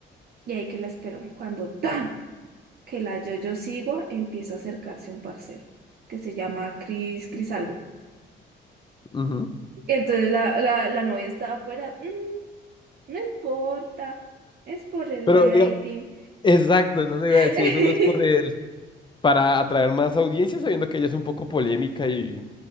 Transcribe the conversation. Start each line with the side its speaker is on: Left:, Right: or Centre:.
Right: Y ahí que la espero, cuando tan que la yo-yo sigo, empieza a acercarse un parcero que se llama Cris, Cris algo.
Left: Ujú.
Right: Y entonces la, la, la novia estaba afuera, "Mm, no importa, es por el
Left: Pero,
Right: rating.
Left: digo exacto, eso te
Right: <laughs>
Left: iba a decir, eso no es por el, para atraer más audiencia, sabiendo que ella es un poco polémica y